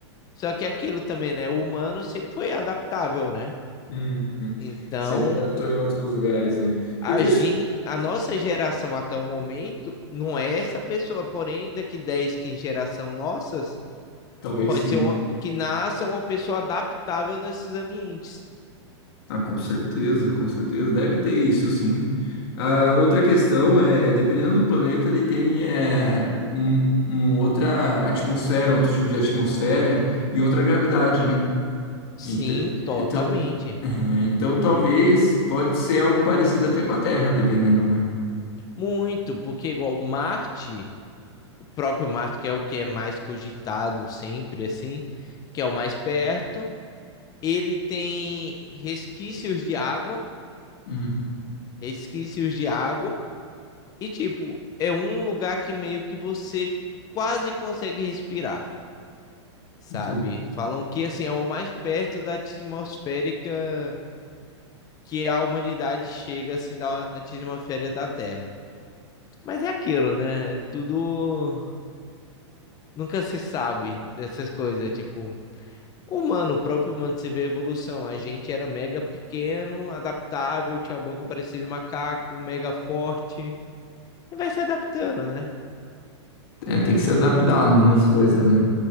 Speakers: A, on the left; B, on the left.
A: só que é aquilo também, né? O humano sempre foi adaptável, né?
B: Uhum.
A: Então,
B: Sempre adaptou em outros lugares, né?
A: a
B: E que...
A: gen- a nossa geração até o momento não é essa pessoa, porém daqui 10, 15 geração nossas,
B: Talvez
A: pode
B: sim,
A: ser uma,
B: né?
A: que nasça uma pessoa adaptável nesses ambientes.
B: Ah, com certeza, com certeza. Deve ter isso, sim. Ah, outra questão é, dependendo do planeta, ele tem é, um, um outra atmosfera, outro tipo de atmosfera e outra gravidade, né?
A: Sim,
B: Ent-
A: totalmente.
B: Então, eh, então talvez pode ser algo parecido até com a Terra, dependendo, né?
A: Muito, porque igual Marte, o próprio Marte, que é o que é mais cogitado sempre assim, que é o mais perto, ele tem resquícios de água,
B: Hum,
A: resquícios de água E, tipo, é um lugar que meio que você quase consegue respirar, sabe?
B: entendi.
A: Falam que, assim, é o mais perto da atmosférica que a humanidade chega, assim, da atmosfera da Terra. Mas é aquilo, né? É tudo. Nunca se sabe dessas coisas, tipo. Humano, o próprio humano se vê a evolução. A gente era mega pequeno, adaptável, tinha a boca parecida de macaco, mega forte. E vai se adaptando, né?
B: É, tem que se adaptar, né, as coisas, né?